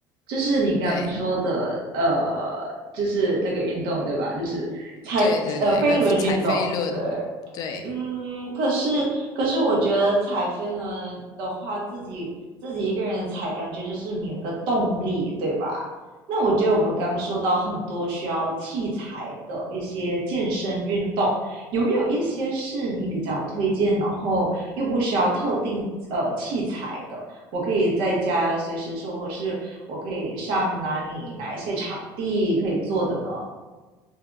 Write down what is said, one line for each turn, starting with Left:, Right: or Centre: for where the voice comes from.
Right: 就是你刚刚说的，
Left: 对，
Right: 呃，就是那个运动对吧？就是猜呃飞轮运动，
Left: 对对对，那个踩飞轮，
Right: 对，
Left: 对。
Right: 嗯，可是可是我觉得踩飞轮的话，自己自己一个人踩，感觉就是没有个动力，对吧？那我觉得我们刚刚说到很多需要器材的一些健身运动，有没有一些是你比较推荐，然后又不需要特定呃器材的？我可以在家随时做，或是我可以上哪里哪一些场地可以做的呢？